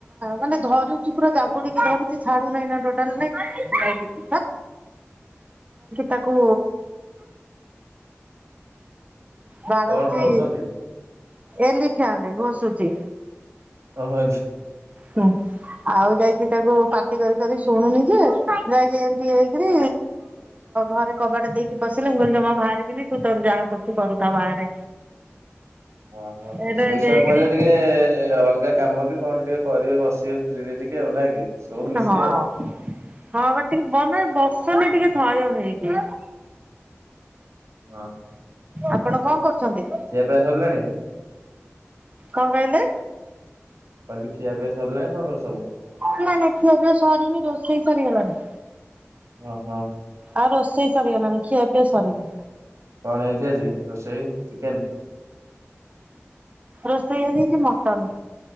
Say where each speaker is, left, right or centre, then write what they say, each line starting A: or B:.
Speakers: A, on the right; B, on the right.
A: ମାନେ ଧରୁଛି ପୁରା ଯାବୁଡିକି ଧରୁଛି ଛାଡୁ ନାହିଁ ନା ଟୋଟାଲ କହିକି ତାକୁ ବାଡଉଛି
B: କଣ କହୁଛନ୍ତି?
A: ଏଲିଫଣ୍ଡ ଘୋଷୁଛି
B: ଓହୋ
A: ହୁଁ। ଆଉ ଯାଇକି ତାକୁ ପାଟି କରି କରି ଶୁଣୁନି ଯେ, ଯାଇକି ଏମିତି ହେଇକରି ଘରେ କବାଟ ଦେଇକି ପଶିଲି, ମୁଁ କହିଲି ଜମା ବାହାରିବିନି, ତୁ ତୋର ଯାହା କରୁଛୁ କରୁଥା ବାହାରେ
B: ଓହୋ,
A: ଏଇଟା
B: ଶୋଇଶୁଆ
A: ଏମିତି ହେଇକିରି
B: ପଇଲେ ଟିକେ ଅଲଗା କାମ କି କଣ ଟିକେ କରିବେ ବସିବେ ଫ୍ରିରେ ଟିକେ, ଆଉ ନାଁ କି? ଶୋଉନି
A: ହଁ
B: ସିଏ ଆଉ
A: ହଁ ବା ଟିକେ ମନେ ବସୁନି ଟିକେ ଥୟ ହେଇକି
B: ହଁ ହ।
A: ଆପଣ କଣ କରୁଛନ୍ତି?
B: ଖିଆପିଆ ସରିଲାଣି?
A: କଣ କହିଲେ?
B: କହିଲି ଖିଆପିଆ ସରିଲାଣି ତମର ସବୁ?
A: ନାଇଁ ନାଇଁ ଖିଆପିଆ ସରିନି, ରୋଷେଇ ସରିଗଲାଣି
B: ଓହୋ।
A: ଆଉ ରୋଷେଇ ସରିଗଲାଣି ଖିଆ ପିଆ ସରିନି।
B: କଣ ହେଇଛି ଆଜି ରୋଷେଇ ଚିକେନ?
A: ରୋଷେଇ ଆଜି ହେଇଛି ମଟନ।